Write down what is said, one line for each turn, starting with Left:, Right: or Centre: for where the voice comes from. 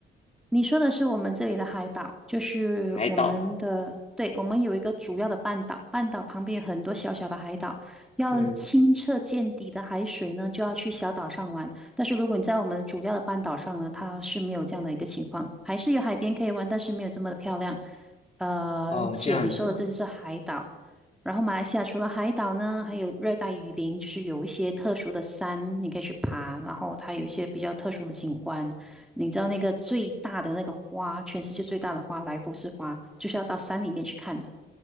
Centre: 你说的是我们这里的海岛，就是我们的，
Left: 海岛，
Centre: 对，我们有一个主要的半岛，半岛旁边有很多小小的海岛。要清澈见底的海水呢，
Left: 嗯，
Centre: 就要去小岛上玩。但是如果你在我们主要的半岛上呢，它是没有这样的一个情况，还是有海边可以玩，但是没有这么的漂亮。呃，
Left: 哦，
Centre: 且你说的这就是海岛。
Left: 这样子啊
Centre: 然后马来西亚除了海岛呢，还有热带雨林，就是有一些特殊的山，你可以去爬，然后它有一些比较特殊的景观。你知道那个最大的那个花，全世界最大的花，莱佛士花，就是要到山里面去看的。